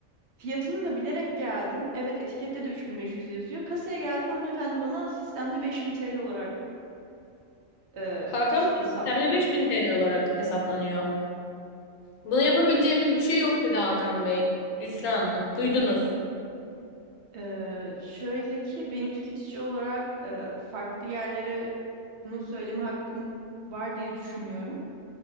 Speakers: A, on the right (about 65°); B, on the left (about 80°).
A: Fiyatını da bilerek geldim. Evet etikette de 3500 yazıyor. Kasaya geldim. Hanımefendi bana sistemde 5000 TL olarak e,
B: Hakan
A: şey
B: Bey
A: hesapladı.
B: sistemde 5000 TL olarak hesaplanıyor. Buna yapabileceğimiz bir şey yok dedi Hakan Bey. Yusra Hanım. Duydunuz.
A: E, şöyle ki benim tüketici olarak e, farklı yerlere bunu söyleme hakkım var diye düşünüyorum.